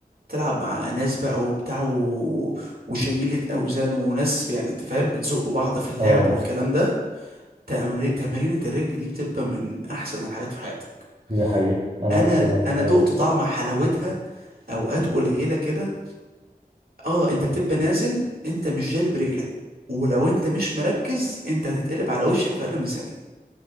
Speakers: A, on the right (about 70°); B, on the right (about 40°).
A: تلعب مع ناس بقى وبتاع و... وشيلة اوزان وناس يعني انت فاهم بتزقوا بعض في اللعب
B: اه
A: والكلام ده تمرين تمرينة الرجل دي بتبقى من احسن الحاجات في حياتك
B: دي حقيقة أنا
A: انا
B: اه
A: انا
B: دي حقيقة
A: دقت طعم حلاوتها اوقات قليله كده اه انت بتبقى نازل انت مش جارب رجلك ولو انت مش مركز انت هتتقلب على وشك في اقل من ثانيه